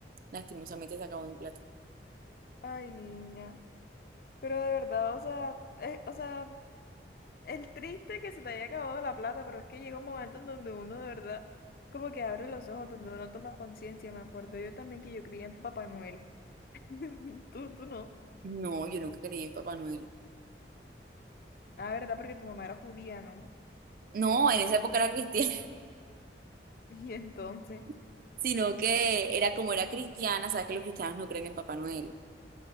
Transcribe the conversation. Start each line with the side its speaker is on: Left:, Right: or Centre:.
Right: Lastimosamente se acabó mi plata.
Left: <laughs> Ay, niña. Pero de verdad, o sea, eh, o sea, el triste que se te haya acabado la plata, pero es que llega un momento en donde uno de verdad como que abre los ojos, donde uno toma conciencia. Me acuerdo yo también que yo creía en Papá Noel. <laughs> Tú, tú no.
Right: No, yo nunca creí en Papá Noel.
Left: Ah, verdad, porque tu mamá era judía, ¿no? <laughs>
Right: No, en esa época era cristiana,
Left: Y entonces,
Right: <laughs> sino que era como era cristiana, sabes que los cristianos no creen en Papá Noel.